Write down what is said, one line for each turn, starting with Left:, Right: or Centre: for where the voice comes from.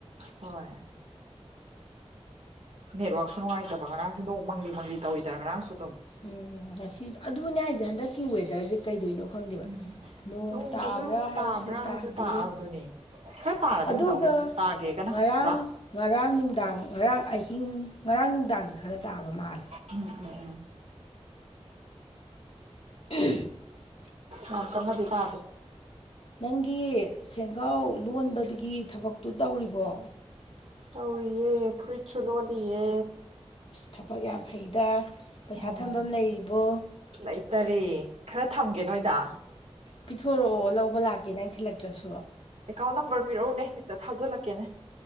Right: ꯍꯣꯏ ꯅꯦꯠꯋꯥꯛꯁꯨ ꯅꯨꯡꯉꯥꯏꯇꯕ ꯉꯔꯥꯡꯁꯦ ꯅꯣꯡ ꯃꯪꯂꯤ ꯃꯪꯂꯤ ꯇꯧꯋꯤꯗꯅ ꯉꯔꯥꯡꯁꯨ ꯑꯗꯨꯝ
Left: ꯎꯝ ꯑꯁꯤ ꯑꯗꯨꯕꯨꯅꯦ ꯍꯥꯏꯁꯦ ꯍꯟꯗꯛ ꯀ ꯋꯦꯗꯁꯦ ꯀꯩꯗꯣꯏꯅꯣ ꯈꯪꯗꯦꯕ
Right: ꯎꯝ
Left: ꯅꯣꯡ
Right: ꯅꯣꯡꯁꯤꯁꯨ
Left: ꯇꯥꯕ꯭ꯔꯥ ꯍꯥꯏꯔꯁꯨ
Right: ꯇꯥꯕ꯭ꯔꯥ
Left: ꯇꯥꯗꯦ
Right: ꯍꯥꯏꯁꯨ ꯇꯥꯗꯨꯅꯦ ꯈꯔ ꯇꯥꯔꯗꯤ
Left: ꯑꯗꯨꯒ
Right: ꯐꯗꯧꯅꯦ ꯇꯥꯒꯦꯒꯅ
Left: ꯉꯔꯥꯡ
Right: ꯄꯨꯔꯥ
Left: ꯉꯔꯥꯡ ꯅꯨꯡꯗꯥꯡ ꯉꯔꯥꯡ ꯑꯍꯤꯡ ꯉꯔꯥꯡ ꯅꯨꯡꯗꯥꯡꯗꯤ ꯈꯔ ꯇꯥꯕ ꯃꯥꯜꯂꯦ
Right: ꯎꯝ ꯎꯝ ꯎꯝ
Left: <unintelligible> <inaudible>
Right: ꯌꯥꯝꯝ ꯀꯅꯥꯗꯤ ꯇꯥꯗ
Left: ꯅꯪꯒꯤ ꯁꯦꯡꯒꯥꯎ ꯂꯣꯟꯕꯒꯤ ꯊꯕꯛꯇꯨ ꯇꯧꯔꯤꯕꯣ
Right: ꯇꯧꯔꯤꯌꯦ ꯐꯨꯔꯤꯠꯁꯨ ꯂꯣꯜꯂꯤꯌꯦ
Left: ꯊꯕꯛ ꯌꯥꯝ ꯐꯩꯗ ꯄꯩꯁꯥ
Right: ꯎꯝ
Left: ꯊꯐꯝ ꯂꯩꯔꯤꯕꯣ
Right: ꯂꯩꯇꯔꯦ ꯈꯔ ꯊꯝꯒꯦ ꯅꯣꯏꯗ
Left: ꯄꯤꯊꯣꯔꯛꯑꯣ ꯂꯧꯕ ꯂꯥꯛꯀꯦ ꯅꯪ ꯊꯤꯜꯂꯛꯇ꯭ꯔꯁꯨ
Right: ꯑꯦꯀꯥꯎꯟ ꯅꯝꯕꯔ ꯄꯤꯔꯛꯎꯅꯦ ꯍꯦꯛꯇ ꯊꯥꯖꯤꯜꯂꯛꯀꯦꯅꯦ